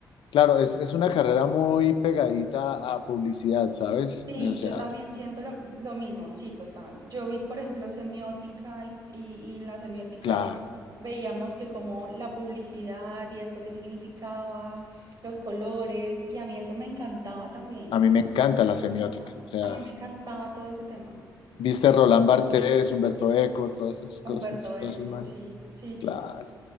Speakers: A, on the left; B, on the right.
A: Claro, es, es una carrera muy pegadita a publicidad, ¿sabes?
B: Sí,
A: O sea,
B: yo también siento lo, lo mismo, sí, total. Yo vi, por ejemplo, semiótica y, y- y en la semiótica
A: claro,
B: veíamos que como la publicidad y esto que significaba, los colores, y a mí eso me encantaba también.
A: a mí me encanta la semiótica.
B: Ajá.
A: O sea,
B: A mí me encantaba todo ese tema.
A: viste Roland Barthes, Humberto Eco, todas esas
B: Humberto
A: cosas,
B: Eco,
A: todos esos manes.
B: sí, sí, sí,
A: Claro.
B: sí.